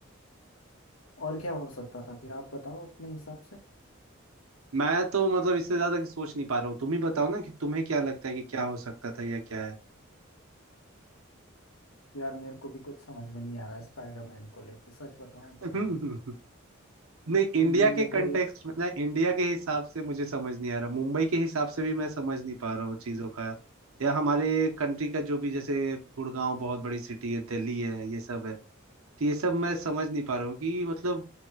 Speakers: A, on the left; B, on the right.
A: और क्या हो सकता था फिर आप बताओ अपने हिसाब से
B: मैं तो मतलब इससे ज्यादा कि सोच नहीं पा रहा हूँ तुम ही बताओ ना कि तुम्हें क्या लगता है कि क्या हो सकता था या क्या है
A: यार मेरे को भी कुछ समझ में नहीं आ रहा है स्पाइडरमैन को लेके सच बताऊं
B: हम्म,
A: तो भाई
B: हम्म। नहीं
A: तुमने
B: इंडिया
A: मेरे
B: के कंटेक्स्ट
A: को ये
B: में ना इंडिया के हिसाब से मुझे समझ नहीं आ रहा मुंबई के हिसाब से भी मैं समझ नहीं पा रहा हूँ चीजों का या हमारे कंट्री का जो भी जैसे गुड़गांव बहुत बड़ी सिटी है दिल्ली है ये सब है तो ये सब मैं समझ नहीं पा रहा हूँ कि मतलब